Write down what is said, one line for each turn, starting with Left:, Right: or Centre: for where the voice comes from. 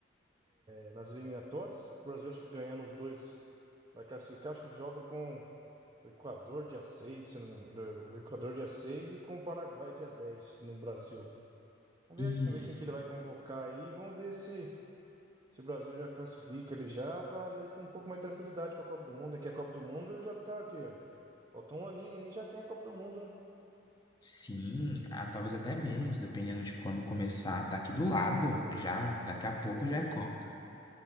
Right: é, nas eliminatórias. O Brasil acho que ganhando os dois vai classificar. Acho que joga com o Equador dia 6 se não me engano. O Equador dia 6 e com o Paraguai dia 10 no Brasil. Vamos
Left: Isso.
Right: ver, vamos ver quem que ele vai convocar aí. Vamos ver se. Se o Brasil já classifica ele já, para já ir com um pouco mais de tranquilidade para a Copa do Mundo, é a Copa do Mundo já tá aqui, ó. Falta um aninho aí já tem a Copa do Mundo, né?
Left: Sim, ah, talvez até menos, dependendo de quando começar. Tá aqui do lado, já, daqui a pouco
Right: Sim,
Left: já é Copa.